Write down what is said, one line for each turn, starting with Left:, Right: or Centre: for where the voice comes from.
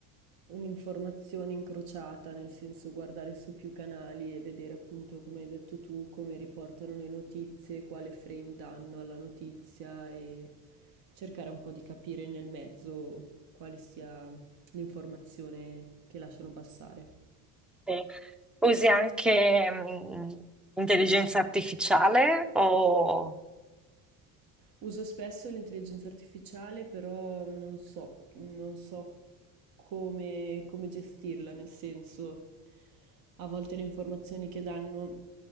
Right: un'informazione incrociata, nel senso guardare su più canali e vedere appunto, come hai detto tu, come riportano le notizie, quale frame danno alla notizia e cercare un po' di capire nel mezzo quale sia l'informazione che lasciano passare.
Centre: Sì. Usi anche mm, intelligenza artificiale o
Right: Uso spesso l'intelligenza artificiale, però non so, non so come, come gestirla, nel senso, a volte le informazioni che danno,